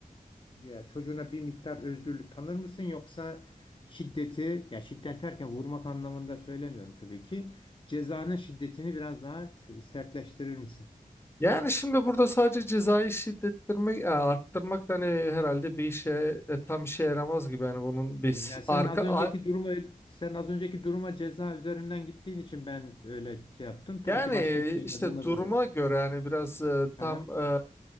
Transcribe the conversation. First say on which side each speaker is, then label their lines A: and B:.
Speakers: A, on the left; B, on the left.
A: e, ya çocuğuna bir miktar özgürlük tanır mısın yoksa şiddeti ya şiddet derken vurmak anlamında söylemiyorum tabii ki. Cezanın şiddetini biraz daha t- sertleştirir misin?
B: Yani şimdi burada sadece cezayı şiddettirmek, e, arttırmak da hani herhalde bir işe e, tam işe yaramaz gibi. Yani bunun bir
A: Hmm,
B: s-
A: Ya sen
B: arka
A: az
B: a-
A: önceki duruma sen az önceki duruma ceza üzerinden gittiğin için ben öyle şey yaptım. Tabii
B: Yani
A: ki başka şeyler
B: işte
A: de olabilir.
B: duruma göre hani biraz e, tam
A: Aha,
B: e,